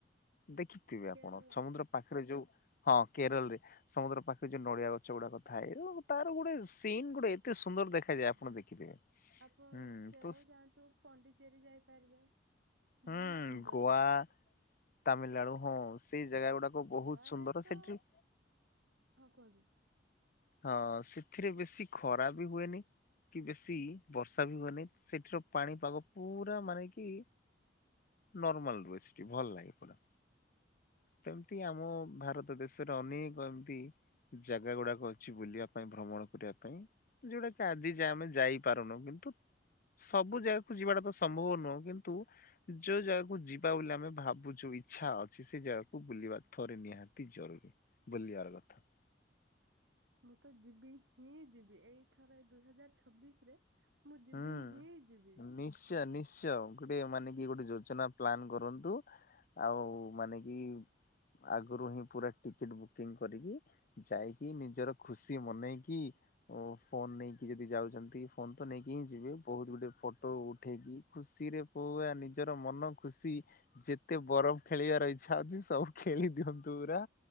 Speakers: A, on the left; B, on the right.
A: ଦେଖିଥିବେ
B: କେରଳ
A: ଆପଣ ସମୁଦ୍ର ପାଖରେ ଯୋଉ ହଁ। କେରଳ ରେ ସମୁଦ୍ର ପାଖରେ ଯୋଉ ନଡିଆ ଗଛ ଗୁଡାକ ଥାଏ ଏବଂ ତାର ଗୋଟେ ସିନ୍ ଗୋଟେ ଏତେ ସୁନ୍ଦର ଦେଖାଯାଏ
B: ଆଜ୍ଞା
A: ଆପଣ ଦେଖିଥିବେ।
B: ଆପଣ
A: ହୁଁ
B: କେରଳ
A: ତ
B: ଯାଆନ୍ତୁ ପଣ୍ଡିଚେରୀ ଯାଇପାରିବେ।
A: ହୁଁ
B: ବହୁତ ସୁନ୍ଦର
A: ଗୋଆ
B: ଜାଗା।
A: ତାମିଲନାଡୁ ହଁ ସେଇ ଜାଗା ଗୁଡାକ ବହୁତ
B: ଗୋଆରେ
A: ସୁନ୍ଦର
B: ତ
A: ସେଠି
B: ହଁ କୁହନ୍ତୁ।
A: ହଁ ସେଥିରେ ବେଶୀ ଖରା ବି ହୁଏନି। କି ବେଶୀ ବର୍ଷା ବି ହୁଏନି ସେଠିର ପାଣିପାଗ ପୁରା ମାନେ କି। ନର୍ମଲ ରହି ସେଟି ଭଲ ଲାଗେ ପୁରା। ତମିତି ଆମ ଭାରତ ଦେଶରେ ଅନେକ ଏମିତି ଜାଗା ଗୁଡାକ ଅଛି ବୁଲିବା ପାଇଁ ଭ୍ରମଣ କରିବା ପାଇଁ ଯଉଡା କି ଆଜି ଯ ଆମେ ଯାଇପାରୁନୁ କିନ୍ତୁ ସବୁ ଜାଗାକୁ ଯିବାଟା ତ ସମ୍ଭବ ନୁହଁ କିନ୍ତୁ ଯୋଉ ଜାଗାକୁ ଯିବା ବୋଲି ଆମେ ଭାବୁଛୁ। ଇଚ୍ଛା ଅଛି ସେ ଜାଗା ବୁଲିବା ଥରେ ନିହାତି ଜରୁରୀ ବୁଲିବାର କଥା।
B: ମୁଁ ତ ଯିବି ହିଁ ଯିବି ଏଇଥର ଏଇ ଦୁଇ ହଜାର ଛବିଶ ରେ ମୁଁ
A: ହୁଁ।
B: ଯିବି ହିଁ ଯିବି।
A: ନିଶ୍ଚୟ ନିଶ୍ଚୟ ଗୋଟେ ମାନେ କି ଗୋଟେ ଯୋଜନା ପ୍ଲାନ କରନ୍ତୁ ଆଉ ମାନେ କି ଆଗରୁ ହିଁ ପୁରା ଟିକେଟ ବୁକିଂ କରିକି ଯାଇକି ନିଜର ଖୁସି ମନେଇକି। ଓ ଫୋନ୍ ନେଇକି ଯଦି ଯାଉଛନ୍ତି ଫୋନ ତ ନେଇକି। କି ଯିବେ ବହୁତ ଗୁଟେ ଫଟୋ ଉଠେଇକି ଖୁସିରେ ପଆ ନିଜର ମନ ଖୁସି। ଯେତେ ବରଫ ଖେଳିବାର ଇଚ୍ଛା ହଉଛି ସବୁ ଖେଳି ଦିଅନ୍ତୁ ପୁରା।